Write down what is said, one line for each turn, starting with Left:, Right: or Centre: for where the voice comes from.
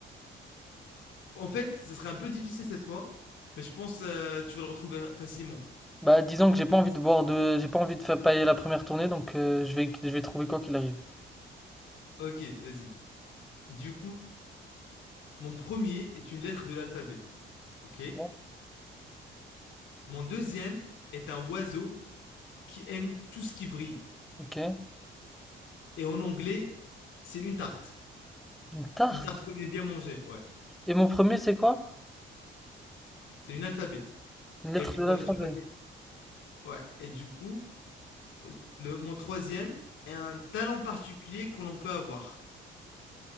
Left: En fait, ça serait un peu difficile cette fois, mais je pense euh, tu vas le retrouver facilement.
Centre: Bah, disons que j'ai pas envie de boire de, j'ai pas envie de faire pailler la première tournée, donc euh, je vais, je vais trouver quoi qu'il arrive.
Left: Ok, vas-y. Du coup, mon premier est une lettre de l'alphabet. Ok?
Centre: Bon.
Left: Mon deuxième est un oiseau qui aime tout ce qui brille.
Centre: Ok.
Left: Et en anglais, c'est une tarte.
Centre: Une tarte.
Left: Une tarte qu'on aime bien manger, ouais.
Centre: Et mon premier, c'est quoi?
Left: C'est une alphabet.
Centre: Une lettre
Left: Et,
Centre: de
Left: ouais,
Centre: l'alphabet.
Left: le troisième- ouais. Et du coup, le, mon troisième est un talent particulier que l'on peut avoir.